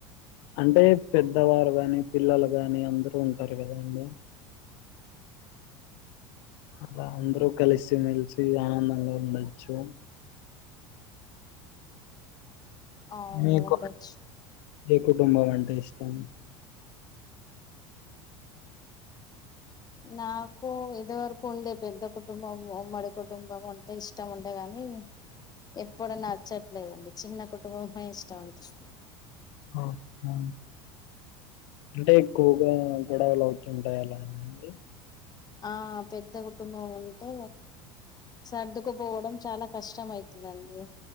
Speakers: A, on the left; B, on the left.
A: అంటే పెద్దవారు గాని పిల్లలు గాని అందరుూ ఉంటారు కదా అండి అలా అందరూ కలిసిమెలిసి ఆనందంగా ఉండచ్చు
B: అవును
A: మీకు
B: ఉండొచ్చు
A: ఏ కుటుంబం అంటా ఇష్టం
B: నాకు ఇది వరకు ఉండే పెద్ద కుటుంబం ఉమ్మడి కుటుంబం అంటే ఇష్టం ఉండేగాని ఎప్పుడ నచ్చట్లేదండి చిన్న కుటుంబమే ఇష్టం అనిపిస్తుంది
A: ఓహ అంటే ఎక్కువగా గొడవలు అవుతుంటాయి అలా అండి
B: ఆ పెద్ద కుటుంబం అంటే సర్దుకుపోవడం చాలా కష్టం ఐతాదండి